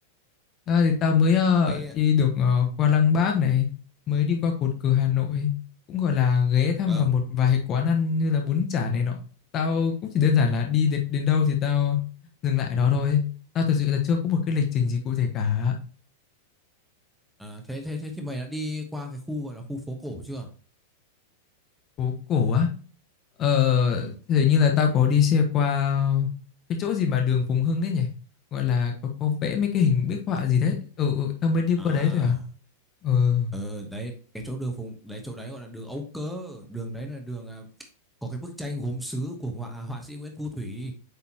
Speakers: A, on the left (about 30°); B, in the centre.
A: À, thì tao mới ờ,
B: Mày
A: đi được ờ, qua Lăng Bác này, mới đi qua cột cờ Hà Nội, cũng gọi là ghé thăm
B: ờ
A: vào một vài quán ăn như là bún chả này nọ. Tao cũng chỉ đơn giản là đi đến, đến đâu thì tao dừng lại đó thôi. Tao thực sự là chưa có một cái lịch trình gì cụ thể cả.
B: à, thế thế thế thì mày đã đi qua cái khu gọi là khu phố cổ chưa?
A: Phố cổ á. Ờ,
B: Ừ.
A: thì như là tao có đi xe qua cái chỗ gì mà đường Phùng Hưng ấy nhỉ? Gọi là có có vẽ mấy cái hình bích họa gì đấy. Ừ, ừ tao mới đi qua
B: À,
A: đấy thôi à. Ừ.
B: ờ đấy, cái chỗ đường Phùng, đấy chỗ đấy gọi là đường Âu Cơ, đường đấy là đường à, có cái bức tranh gốm sứ của họa à, họa sĩ Nguyễn Thu Thủy.